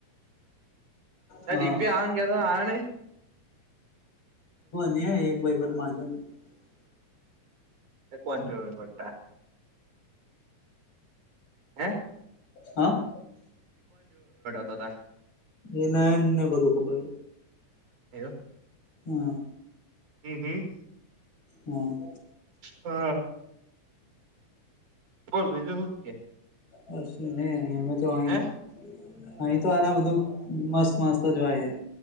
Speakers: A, on the left; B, on the right.
A: હા
B: ડી પી આવાનું કેતો તો આયો નઈ-
A: <unintelligible>
B: એ કોણ જોવે ખોટા હે
A: હા
B: હતા
A: એ નાને બધું ખબર
B: એવુ
A: હા
B: હમ હમ
A: હા
B: હા બોલ બીજું હુ કે
A: કશું નહીં અમે તો અ-અહી
B: હે
A: તો આરા બધું મસ્ત મસ્ત જ હોય-